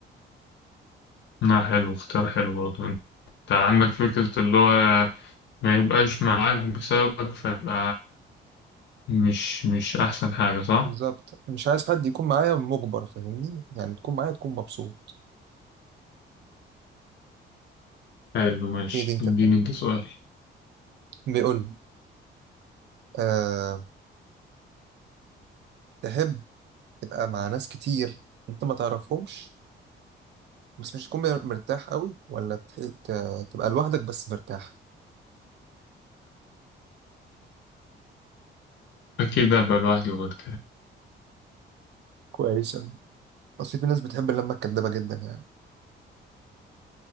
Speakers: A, on the left; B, on the right.
A: لا حلو اختيار حلو برضه انت عندك فكرة اللي هو ما يبقاش معاك بسببك فيبقى مش مش أحسن حاجة صح؟
B: بالظبط مش عايز حد يكون معايا مجبر فاهمني يعني تكون معايا تكون مبسوط
A: حلو ماشي
B: هي دي انت
A: اديني
B: فاهم
A: انت سؤال
B: بيقول لي أه تحب تبقى مع ناس كتير انت ما تعرفهمش بس مش تكون مر- مرتاح قوي ولا تح- ت- تبقى لوحدك بس مرتاح
A: أكيد أبقى لوحدي برضه
B: كويس أوي. اصل في ناس بتحب اللمة الكدابة جدا يعني